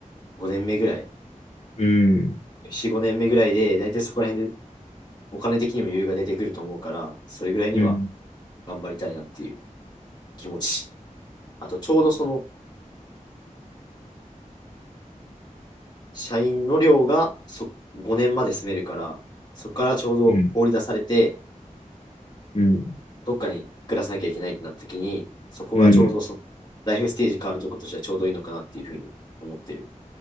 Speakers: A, on the left; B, on the left.
A: 5年目ぐらい、
B: うん。
A: 4、5年目ぐらいで、大体そこら辺でお金的にも余裕が出てくると思うから、それぐらいには
B: うん。
A: 頑張りたいなっていう気持ち。あと、ちょうどその社員の寮がそ5年まで住めるから、そこからちょうど放り出されて、
B: うん。うん。
A: どっかに暮らさなきゃいけないってなった時に、そこがちょうどそライフステージ変わるとことしてはちょうどいいのかなっていうふうに思ってる。
B: うん。